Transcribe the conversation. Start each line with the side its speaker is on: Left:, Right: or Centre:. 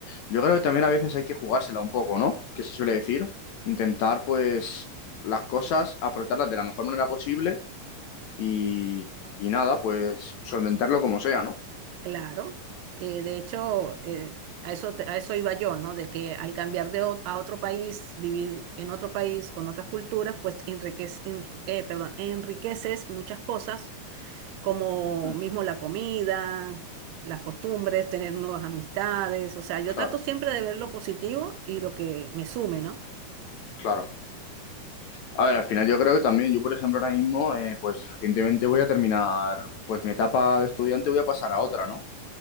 Left: Yo creo que también a veces hay que jugársela un poco, ¿no? Que se suele decir, intentar pues las cosas, afrontarlas de la mejor manera posible y, y nada, pues solventarlo como sea, ¿no?
Right: claro. Eh, de hecho, eh, a eso, te- a eso iba yo, ¿no? De que al cambiar de ot- a otro país, vivir en otro país con otras culturas, pues enriquec- en- eh, perdón, enriqueces muchas cosas como
Left: Mm,
Right: mismo la comida, las costumbres, tener nuevas amistades. O sea, yo
Left: claro,
Right: trato siempre de ver lo positivo y lo que me sume, ¿no?
Left: claro. A ver, al final yo creo que también, yo por ejemplo ahora mismo, eh, pues recientemente voy a terminar, pues mi etapa de estudiante voy a pasar a otra, ¿no?